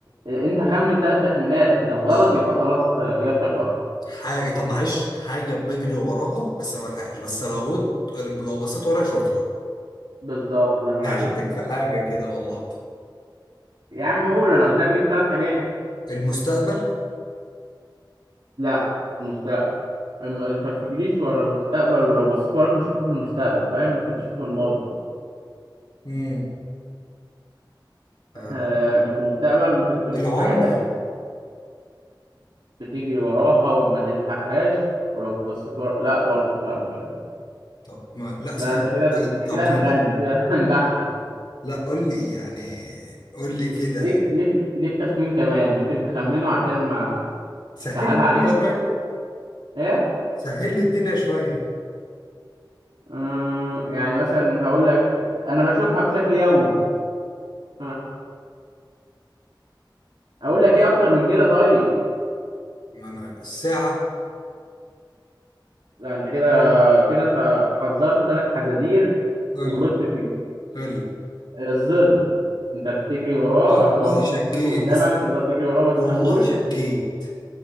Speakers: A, on the right; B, on the left.
A: انت خمن ثلاث تخمينات لو غلط
B: لي
A: يبقى خلاص آه، اجابتك غلط
B: حاجة طب معلش حاجة بجري وراها بس ما بلحقش بس لو ات- لو بصيت ورايا اشوفها
A: بالظبط الله ينور
B: هشتك
A: عليك
B: في حاجة كده والله
A: يا عم قول انا قلت لك ليك ثلاث حاجات
B: المستقبل
A: لا المستقبل أما انت ما بتجريش ورا المستقبل ولو بصيت وراك مش هتشوف المستقبل فاهم ممكن تشوف الماضي
B: امم آه.
A: آه مش المستقبل ممكن تشوف
B: العمر
A: حاجة تانية بتجري وراها وما تلحقهاش ولو بصيت ورا لا برضه لا مش
B: طب ما لا سهل
A: لا انت
B: لي
A: كده ب...
B: بقى
A: احنا
B: طب
A: كده
B: انا
A: هنغني
B: دي-
A: كده <laughs> هنلحن
B: لا قول لي يعني قول لي كده
A: ليك ليك ليك تخمين كمان ممكن تخمنه عشان ما
B: سهل
A: اسهلها
B: لي الدنيا
A: عليك اكتر
B: شوية
A: ايه
B: سهل لي الدنيا شوية
A: أمم، يعني مثلا هقول لك انا بشوفها بشكل يومي ها اقول
B: مم.
A: لك ايه اكتر من كده طيب
B: ما انا الساعة
A: لا انت كده كده انت حذرت ثلاث حزازير
B: قول
A: وغلطت
B: لي
A: فيه
B: قول لي
A: الظل انت بتجري وراه
B: والله
A: هو ممكن
B: شكيت
A: تشوفه قدامك
B: بس
A: تفضل تجري وراه ما تلحقهوش
B: والله شكيت